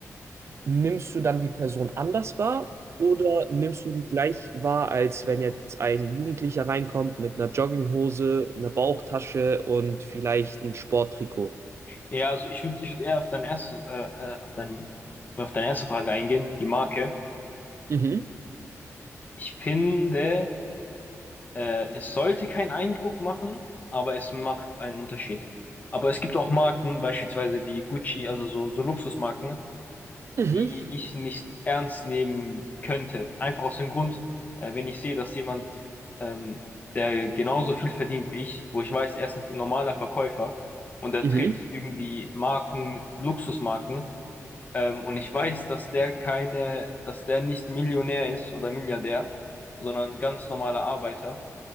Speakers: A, on the right; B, on the left.
A: Nimmst du dann die Person anders wahr oder nimmst du die gleich wahr, als wenn jetzt ein Jugendlicher reinkommt mit einer Jogginghose, einer Bauchtasche und vielleicht ein Sporttrikot?
B: Ja, also ich würde ich würd eher auf dein erste, äh, äh, auf dein, auf deine erste Frage eingehen, die Marke.
A: Mhm,
B: Ich finde, äh, es sollte keinen Eindruck machen, aber es macht einen Unterschied. Aber es gibt auch Marken, beispielsweise wie Gucci, also so, so Luxusmarken,
A: mhm,
B: die ich nicht ernst nehmen könnte. Einfach aus dem Grund, äh, wenn ich sehe, dass jemand, ähm, der genauso viel verdient wie ich, wo ich weiß, er ist ein normaler Verkäufer und er
A: mhm,
B: trägt irgendwie Marken, Luxusmarken, ähm, und ich weiß, dass der keine, dass der nicht Millionär ist oder Milliardär, sondern ganz normaler Arbeiter,